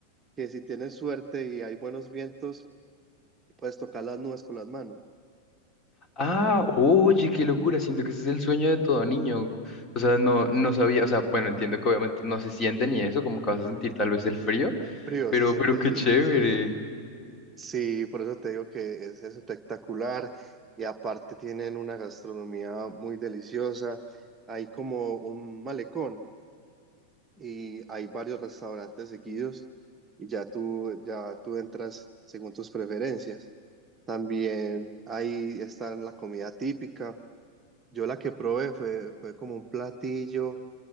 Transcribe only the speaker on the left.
Ah, oye, qué locura, siento que ese es el sueño de todo niño. O sea, no, no sabía, o sea, bueno, entiendo que obviamente no se siente ni eso, como que vas a sentir tal vez el frío,
pero,
pero qué
chévere.